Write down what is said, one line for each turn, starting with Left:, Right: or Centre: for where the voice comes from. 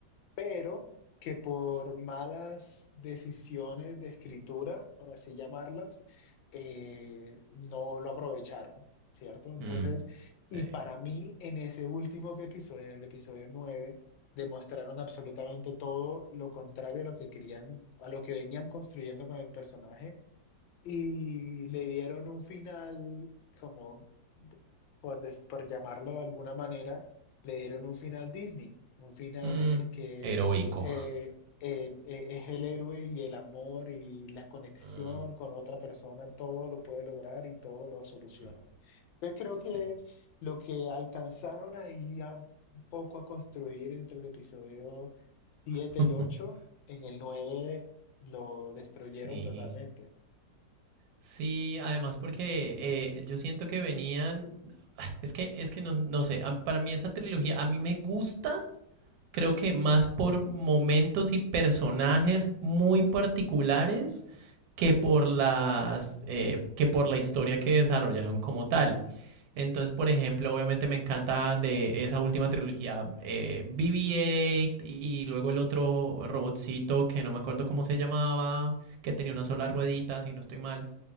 Left: pero que por malas decisiones de escritura, por así llamarlas, eh, no lo aprovecharon, ¿cierto? Entonces,
Right: Mm,
Left: y
Right: Sí.
Left: para mí en ese último que episodio, en el episodio 9, demostraron absolutamente todo lo contrario a lo que querían, a lo que venían construyendo con el personaje y le dieron un final como, por, des- por llamarlo de alguna manera, le dieron un final Disney, un final
Right: mm,
Left: en el que
Right: heroico.
Left: eh, eh, eh, es el héroe y el amor y la conexión
Right: Mm,
Left: con otra persona, todo lo puede lograr y todo lo soluciona.
Right: mm,
Left: Entonces creo
Right: sí.
Left: que lo que alcanzaron ahí a- un poco a construir entre el episodio 7
Right: <laughs>
Left: y ocho en el 9 lo destruyeron
Right: Sí.
Left: totalmente.
Right: Sí, además porque eh, yo siento que venían. <sighs> Es que, es que no, no sé. a- Para mí esa trilogía, a mí me gusta. Creo que más por momentos y personajes muy particulares. que por las eh, que por la historia que desarrollaron como tal. Entonces, por ejemplo, obviamente me encanta de esa última trilogía eh, BB-8 y luego el otro robotcito que no me acuerdo cómo se llamaba, que tenía una sola ruedita, si no estoy mal.